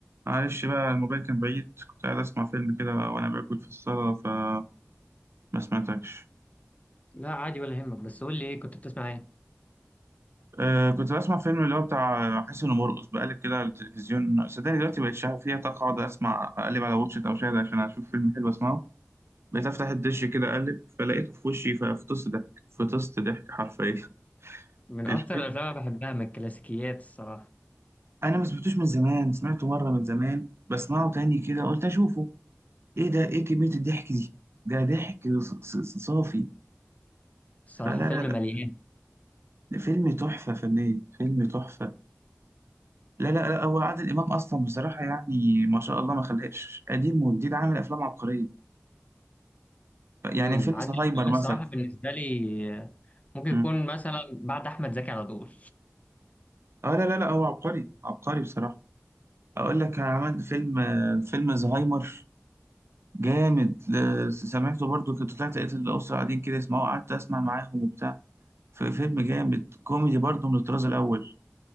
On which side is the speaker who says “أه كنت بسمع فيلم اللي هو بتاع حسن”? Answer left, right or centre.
Right